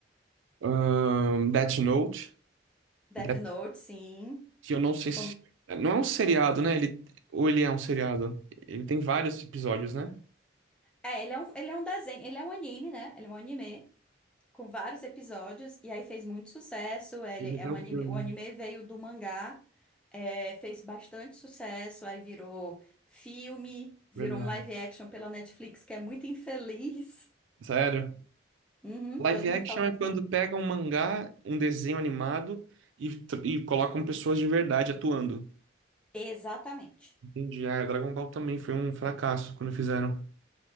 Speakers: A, on the right; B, in the centre.
A: Ahn, Death Note,
B: Death
A: Death-
B: Note, sim.
A: que eu não sei se.
B: Fom-
A: Não é um seriado, né? Ele, ou ele é um seriado? Ele tem vários episódios, né?
B: É, ele é um, ele é um desenho, ele é um anime, né? Ele é um anime. com vários episódios, e aí fez muito sucesso. Ele
A: Teve
B: é
A: até
B: um
A: o
B: anime,
A: filme,
B: o anime veio do mangá, é, fez bastante sucesso, aí virou filme, virou
A: verdade.
B: um live action pela Netflix, que é muito infeliz.
A: Sério?
B: Uhum,
A: Live
B: todo
A: action
B: mundo fala muito
A: é quando
B: mal.
A: pega um mangá, um desenho animado e, tr- e colocam pessoas de verdade atuando.
B: Exatamente.
A: Entendi. Ah, Dragon Ball também foi um fracasso quando fizeram.